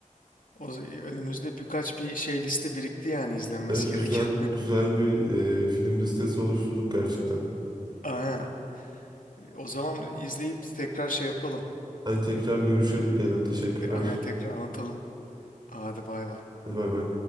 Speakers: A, on the left (about 80°); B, on the right (about 30°).
A: O, z- önümüzde birkaç bir şey liste birikti yani izlenmesi
B: Evet
A: gereken.
B: güzel güzel bir e, film listesi oluşturduk gerçekten.
A: <laughs> Aynen. O zaman izleyip tekrar şey yapalım.
B: Hani tekrar
A: Evet.
B: görüşelim Kenan. Teşekkürler.
A: E, Aynen tekrar anlatalım. Hadi bay bay.
B: Hadi bay bay.